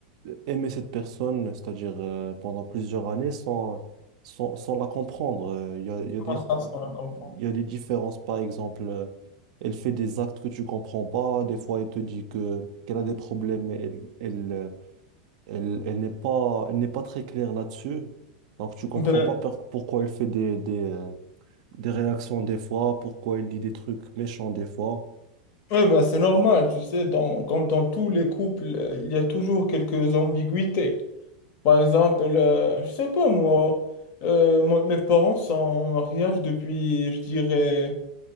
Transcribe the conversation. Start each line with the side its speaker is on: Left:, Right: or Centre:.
Right: euh, aimer cette personne, c'est-à-dire euh, pendant plusieurs années, sans, sans, sans la comprendre? Euh, Il y a, il y a
Left: Comment
Right: des,
Left: ça, ça on va comprendre?
Right: il y a des différences, par exemple, euh, elle fait des actes que tu comprends pas, des fois elle te dit que, qu'elle a des problèmes, mais elle, elle, euh, elle, elle n'est pas, elle n'est pas très claire là-dessus, donc tu comprends
Left: Ben,
Right: pas per- pourquoi elle fait des, des, euh, des réactions des fois, pourquoi il dit des trucs méchants des fois.
Left: ouais, ben c'est normal, tu sais, dans, comme dans tous les couples, euh, il y a toujours quelques ambiguïtés. Par exemple, euh, je sais pas moi, euh, moi- mes parents sont en mariage depuis, je dirais,